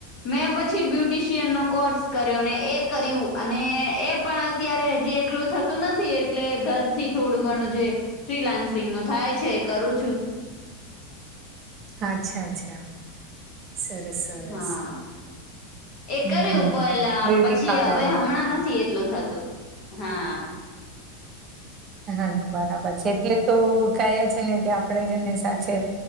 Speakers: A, on the left (about 30°); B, on the right (about 25°).
A: મેં પછી બ્યુટિશિયન નો કોર્સ કર્યો અને એ કર્યું અને એ પણ અત્યારે હજી એટલું થતું નથી એટલે ઘરથી થોડું ઘણું જે ફ્રીલાન્સિંગ નું થાય છે કરું છું
B: અચ્છા અચ્છા સરસ સરસ
A: હા એ
B: હમ
A: કર્યું
B: હમ
A: પેલા
B: બ્યુટી
A: પછી
B: પાર્લર
A: હવે હમણાં
B: નું
A: નથી એટલું થતું હા
B: હા ના બરાબર છે એટલે તો કહે છે ને કે આપણેે જ ને સાથે